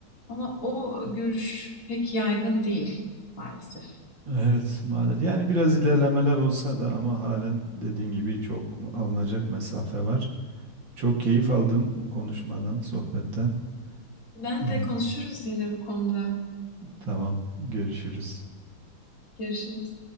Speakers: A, on the left; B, on the right.
A: Ama o görüş pek yaygın değil maalesef.
B: Evet, maalesef. Yani biraz ilerlemeler olsa da ama halen dediğin gibi çok alınacak mesafe var. Çok keyif aldım bu konuşmadan, sohbetten.
A: Ben
B: Eee,
A: de konuşuruz yine bu konuda.
B: tamam, görüşürüz.
A: Görüşürüz.